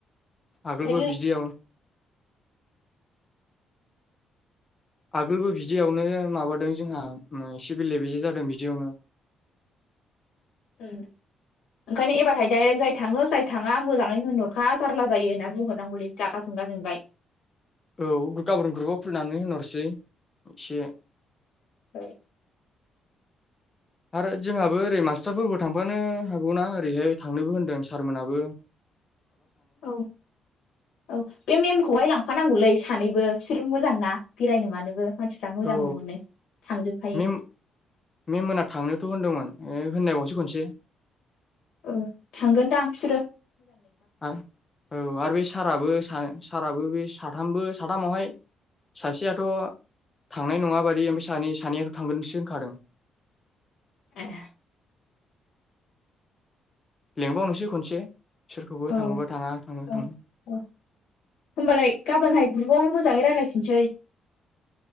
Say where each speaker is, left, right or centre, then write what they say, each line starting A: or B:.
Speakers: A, on the left; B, on the left.
A: आगोलबो
B: ओंखायनो
A: बिदियाव आगोलबो बिदियावनो माबादों जोंहा मो एसे बेले बेजे जादों बिदियावनो। <inaudible>
B: उम ओंखायनो एबारहाय दायरेक्ट जाय थाङो जाय थाङा मोजाङै होनहरखा जारला जायो होनना बुंहरनांगौलै। रागा जों बा जोंबाय।
A: औ गाबोन ग्रुपाव खुलिनानै होनहरसै एसे।
B: फाय
A: आरो जोंहाबो ओरै मास्टारफोरबो थांफानो हागौना ओरैहाय थांनोबो होनदों सारमोनहाबो। <inaudible>
B: औ औ बे मेमखौहाय लांफानांगौलै। सानैबो बिसोर मोजां ना बेरायनो मानोबो। मानसिफ्रा मोजांबो
A: औ
B: मोनो थांजोबखायो
A: मेम मेमोना थांनोथ' होनदोंमोन। ओ होन्नाय बावसै खनसे।
B: ओ थांगोनदां फिसोरो।
A: आ औ आरो बे साराबो सा साराबो बे साथामबो साथामावहाय सासेयाथ' थांनाय नङाबादि ओमफाय सानै सानैयाथ' थांगोनसो होनखादों। <inaudible>
B: ए
A: लेंबावनोसै खनसे। सोरखौबो
B: औ
A: थाङोबा थाङा थाङो थाङो
B: औ औ होनोमबालाय गाबोनहाय ग्रुबावहाय मोजाङै रायलायफिनसै।